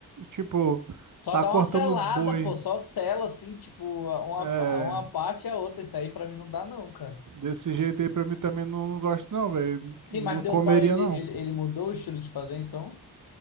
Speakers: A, on the right (about 50°); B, on the left (about 65°).
A: tipo,
B: Só
A: tá
B: dá
A: cortando
B: uma selada,
A: o boi.
B: pô, só sela assim, tipo, uma,
A: É,
B: uma parte e a outra. Isso aí pra mim não dá, não, cara.
A: desse jeito aí pra mim também não, não gosto não, velho.
B: Sim,
A: Não
B: mas teu
A: comeria
B: pai, ele,
A: não.
B: ele, ele mudou o estilo de fazer, então?